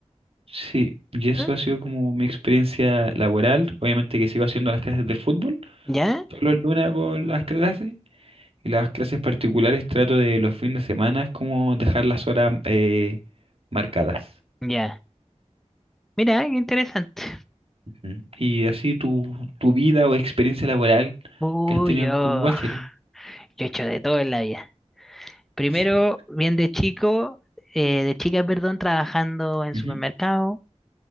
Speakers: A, on the right; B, in the centre.
A: Sí, y eso
B: ¿Eh?
A: ha sido como mi experiencia laboral. Obviamente que sigo haciendo las clases de fútbol.
B: ¿Ya?
A: Todos los lunes hago las clases y las clases particulares trato de los fines de semana como dejar las horas eh, marcadas.
B: Ya. Mira, qué interesante.
A: Ujú. Y así tu, tu vida o experiencia laboral
B: Uy,
A: que has tenido
B: yo,
A: con Walter.
B: yo he hecho de todo en la vida. Primero,
A: Sí.
B: bien de chico, eh, de chica, perdón, trabajando en
A: Ujú,
B: supermercado,